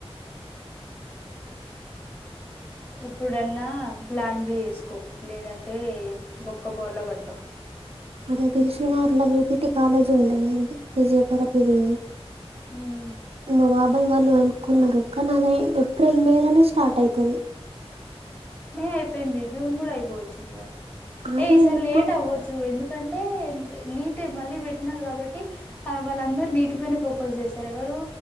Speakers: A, on the left; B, on the right.
A: ఇప్పుడన్నా ప్లాన్ బి ఏస్కో లేదంటే బొక్క బోర్లా పడతవ్
B: అదే దిల్షుక్ నగర్ లో బిపిటి కాలేజ్ ఉందే ఫిజియోథెరపిదీ.
A: హ్మ్
B: మా బాబాయ్ వాళ్ళు అనుకున్నరు కానీ అద ఏప్రిల్ మే లోనే స్టార్ట్ అయితది.
A: మే అయిపోయింది జూన్ కూడా అయిపోవచ్చిందిగా
B: అదే
A: ఏ ఈసారి
B: ఇప్పుడు
A: లేట్ అవ్వొచ్ చ్చూ ఎందుకంటే నీట్ మళ్ళీ పెట్టినారు కాబట్టి. ఆ వాళ్ళందరూ నీటిపైనే ఫోకస్ చేస్తరు ఎవరూ.